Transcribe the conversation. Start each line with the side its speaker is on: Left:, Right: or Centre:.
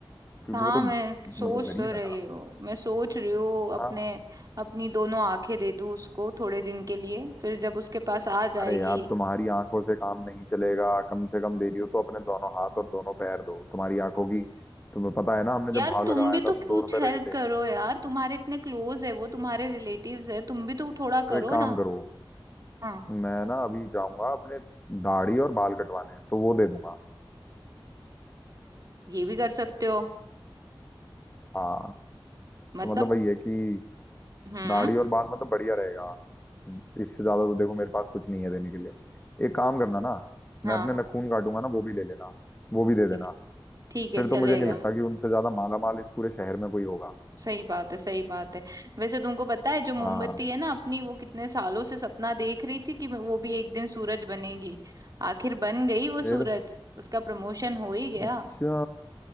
Left: क्योंकि
Right: हाँ
Left: वो तो
Right: मैं
Left: मतलब
Right: सोच
Left: गरीब
Right: तो रही
Left: है ना
Right: हूँ मैं सोच रही हूँ अपने
Left: हाँ
Right: अपनी दोनों आंखें दे दूँ उसको थोड़े दिन के लिए फिर जब उसके पास आ जाएगी
Left: अरे यार तुम्हारी आंखों से काम नहीं चलेगा कम से कम दे रही हो तो अपने दोनों हाथ और दोनों पैर दो तुम्हारी आंखों की तुम्हें पता है ना हमने
Right: यार
Left: जब भाव
Right: तुम
Left: लगाया
Right: भी
Left: था
Right: तो
Left: तो दो
Right: कुछ
Left: रुपए
Right: हेल्प
Left: लगे
Right: करो
Left: थे
Right: यार तुम्हारे इतने क्लोज है वो तुम्हारे रिलेटिव्स है तुम भी तो थोड़ा
Left: तो
Right: करो
Left: एक काम
Right: ना
Left: करो
Right: हाँ
Left: मैं ना अभी जाऊंगा अपने दाढ़ी और बाल कटवाने तो वो दे दूंगा
Right: ये भी कर सकते हो
Left: हाँ
Right: मतलब
Left: तो मतलब वही है कि
Right: हम्म
Left: दाढ़ी और बाल मतलब बढ़िया रहेगा इससे ज्यादा तो देखो मेरे पास कुछ नहीं है देने के लिए एक काम करना ना
Right: हाँ
Left: मैं अपने नखून काटूंगा ना वो भी ले लेना वो भी दे देना
Right: ठीक ठीक है
Left: फिर तो
Right: चलेगा
Left: मुझे नहीं लगता कि उनसे ज्यादा माला माल इस पूरे शहर में कोई होगा
Right: सही बात है सही बात है वैसे तुमको पता है जो मोमबत्ती
Left: हाँ
Right: है ना अपनी वो कितने सालों से सपना देख रही थी कि मैं- वो भी एक दिन सूरज बनेगी आखिर बन गई वो सूरज
Left: फिर
Right: उसका प्रमोशन हो ही गया
Left: अच्छा